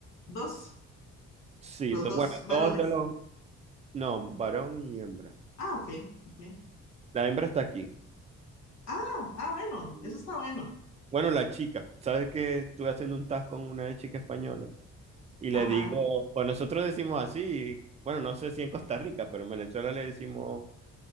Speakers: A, on the left; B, on the right.
A: Dos,
B: Sí,
A: los
B: do-
A: dos
B: bueno,
A: varones.
B: dos de los, no, varón y hembra.
A: Ah, ok, ok.
B: La hembra está aquí.
A: Ah, ah, bueno,
B: Y,
A: eso está bueno.
B: Bueno, la chica, ¿sabes que estuve haciendo un task con una chica española? Y le
A: Ajá.
B: digo, pues nosotros decimos así, bueno, no sé si en Costa Rica, pero en Venezuela le decimos